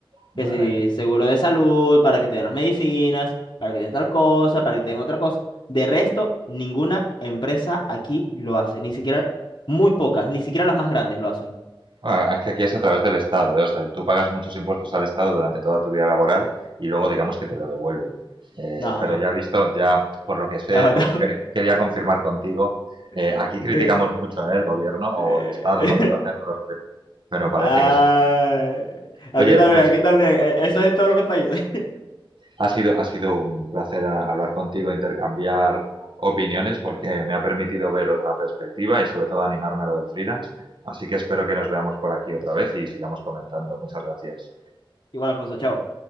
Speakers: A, on the right; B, on the left.
A: Vale.
B: Que si seguro de salud, para que te den las medicinas, para que te den tal cosa, para que te den otra cosa. De resto, ninguna empresa aquí lo hace, ni siquiera, muy pocas, ni siquiera las más grandes lo hacen.
A: Ah, es que aquí es a través del estado, ¿eh? O sea, tú pagas muchos impuestos al estado durante toda tu vida laboral y luego digamos que te lo devuelve. Eh,
B: No,
A: pero
B: no,
A: ya he visto, ya por lo que sé,
B: no,
A: por
B: no.
A: eso quería, quería confirmar contigo,
B: <laughs>
A: eh, aquí criticamos mucho, ¿eh? el gobierno o
B: <laughs>
A: el estado, porque lo hacen todos los gobiernos, pero parece
B: Ah,
A: que es una...
B: aquí
A: Oye,
B: también,
A: pues...
B: aquí también. E- Eso es en todos los países. <laughs>
A: Ha sido, ha sido un placer a- hablar contigo, intercambiar opiniones, porque me ha permitido ver otra perspectiva y sobre todo animarme a lo de freelance. Así que espero que nos veamos por aquí otra vez y sigamos comentando. Muchas gracias.
B: Igual, Alfonso, chao.